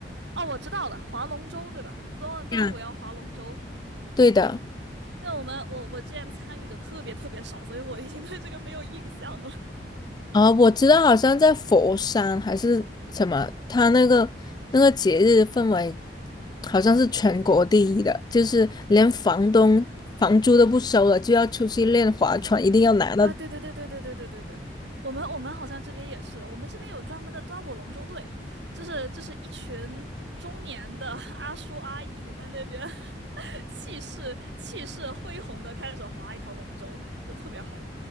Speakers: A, on the right (about 85°); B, on the left (about 25°).
A: 哦，我知道了，划龙舟对吧？端端午要划龙舟，
B: 呀？对的，
A: 但我们我我之前参与的特别特别少，所以我已经对这个没有印象了。
B: 啊，我知道，好像在佛山还是什么，他那个那个节日氛围好像是全国第一的，就是连房东房租都不收了，就要出去练划船，一定要拿到。
A: 啊，对对对对对对对对对，我们我们好像这边也是的，我们这边有专门的端午龙舟队，就是就是一群中年的 <laughs> 阿叔阿姨在那边 <laughs> 气势气势恢宏的开始划一条龙舟，就特别好。